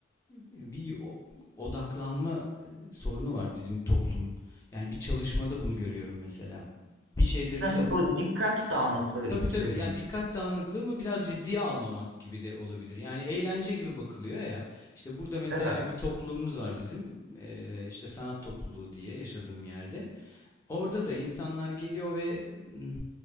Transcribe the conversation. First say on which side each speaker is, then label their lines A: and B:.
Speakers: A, on the left; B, on the right.
A: bir o- odaklanma e, sorunu var bizim toplumun. Yani bir çalışmada bunu görüyorum mesela. Bir şeyleri
B: Nasıl
A: bir tarafa
B: bu dikkat dağınıklığı
A: Tabii
B: gibi
A: tabii.
B: mi?
A: Yani dikkat dağınıklığı mı biraz ciddiye almamak gibi de olabilir. Yani eğlence gibi bakılıyor ya. İşte burada mesela
B: Evet.
A: bir topluluğumuz var bizim. Ee, işte sanat topluluğu diye yaşadığım yerde. Orada da insanlar geliyor ve mm,